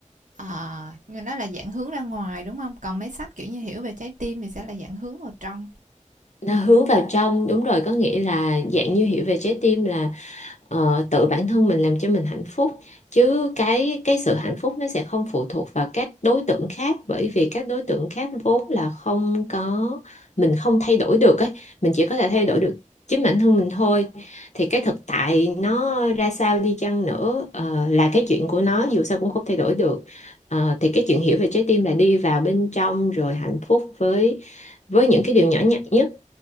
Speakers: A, on the right (about 75°); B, on the left (about 60°).
A: Ờ, nhưng nó là dạng hướng ra ngoài, đúng không Còn mấy sách, kiểu như, Hiểu về trái tim thì sẽ là dạng hướng vào trong.
B: nó hướng vào trong đúng rồi có nghĩa là dạng như hiểu về trái tim là ờ, tự bản thân mình làm cho mình hạnh phúc chứ cái cái sự hạnh phúc nó sẽ không phụ thuộc vào các đối tượng khác bởi vì các đối tượng khác vốn là không có mình không thay đổi được ấy mình chỉ có thể thay đổi được chính bản thân mình thôi thì cái thực tại nó ra sao đi chăng nữa ờ, là cái chuyện của nó dù sao cũng không thay đổi được Ờ, thì cái chuyện hiểu về trái tim là đi vào bên trong rồi hạnh phúc với với những cái điều nhỏ nhặt nhất